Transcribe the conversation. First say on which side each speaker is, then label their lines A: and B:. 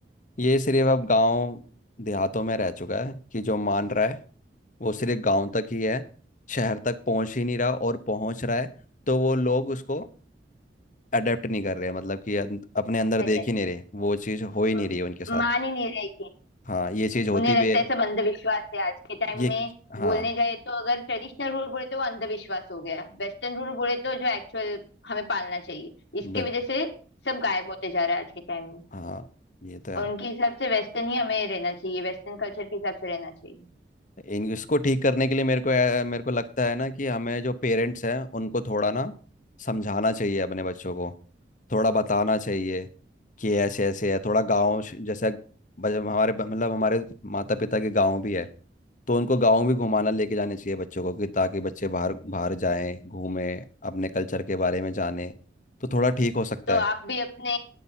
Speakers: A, on the left; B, on the left.
A: ये सिर्फ अब गांव देहातों में रह चुका है कि जो मान रहा है वो सिर्फ गांव तक ही है शहर तक पहुंच ही नहीं रहा और पहुंच रहा है तो वो लोग उसको अडेप्ट नहीं कर रहे मतलब कि अन- अपने अंदर
B: ऐसे
A: देख ही नहीं रहे वो चीज़ हो ही नहीं
B: म-
A: रही है उनके साथ
B: मान ही नहीं रहे
A: हाँ ये चीज़ होती
B: उन्हें लगता
A: भी है
B: है सब अंधविश्वास है आज के टाइम
A: ये
B: में
A: हाँ
B: बोलने जाए तो अगर ट्रेडिशनल रूल बोले तो वो अंधविश्वास हो गया वेस्टर्न रूल बोले तो जो एक्चुअल हमें पालना चाहिए इसके
A: बिल्कुल
B: वजह से सब गायब होते जा रहा है आज के टाइम में
A: हाँ ये तो है
B: और उनके हिसाब से वेस्टर्न ही हमें रहना चाहिए वेस्टर्न कल्चर के हिसाब से रहना चाहिए
A: इन- इसको ठीक करने के लिए मेरे को ऐ- मेरे को लगता है ना कि हमें जो पेरेंट्स हैं उनको थोड़ा ना समझाना चाहिए अपने बच्चों को थोड़ा बताना चाहिए कि ऐसे ऐसे है थोड़ा गाँव जैसे बज- हमारे ब- मतलब हमारे माता पिता के गाँव भी है तो उनको गाँव भी घुमाना लेके जाने चाहिए बच्चों को कि ताकि बच्चे बाहर बाहर जाएं घूमें अपने कल्चर के बारे में जाने तो थोड़ा ठीक हो सकता
B: तो आप
A: है
B: भी अपने